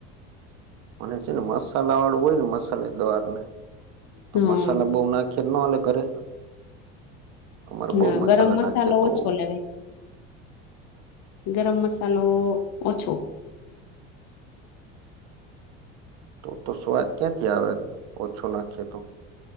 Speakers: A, on the right (about 60°); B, on the left (about 55°).
A: મને છે, ને મસાલા વાળું હોય ને મસાલે દ્વાર ને તો
B: હમ
A: મસાલા બો ના ખી ન આલે ઘરે અમારે
B: ના
A: બહુ મસાલા
B: ગરમ મસાલો
A: નાખીએ તો
B: ઓછો લેવાય ગરમ મસાલો ઓછો
A: તો તો સ્વાદ ક્યાંથી આવે ઓછું નાખીએ તો